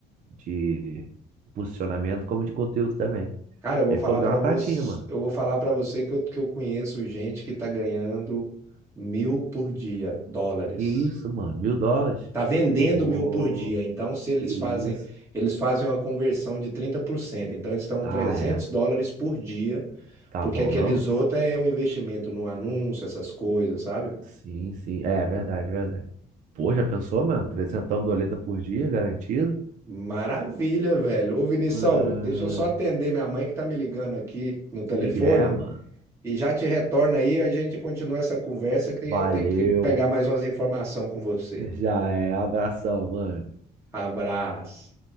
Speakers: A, on the right (about 50°); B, on the right (about 15°).
A: de posicionamento, como de conteúdo também.
B: Cara, eu vou
A: Aí
B: falar
A: falou que
B: para
A: dá uma
B: você,
A: pratinha, mano.
B: eu vou falar para você que eu, que eu conheço gente que tá ganhando mil por dia, dólares.
A: Que isso, mano? Mil dólares?
B: tá vendendo
A: Ô,
B: mil por dia. Então, se eles
A: que isso?
B: fazem, eles fazem uma conversão de trinta por cento Então, eles estão
A: Ah,
B: 300
A: é.
B: dólares por dia,
A: Tá
B: porque
A: bom,
B: aqueles
A: não?
B: outros é um investimento no anúncio, essas coisas, sabe?
A: Sim, sim. É, é verdade, é verdade. Pô, já pensou, mano? Trezentão doleta por dia, garantido.
B: Maravilha, velho. Ô, Vinição,
A: Ah,
B: deixa eu só atender minha mãe que tá me ligando aqui no telefone
A: E é, mano.
B: e já te retorna aí, a gente continua essa conversa que eu
A: Valeu.
B: tenho que pegar mais umas informações com você.
A: <laughs> Já é. Abração, mano.
B: Abraço.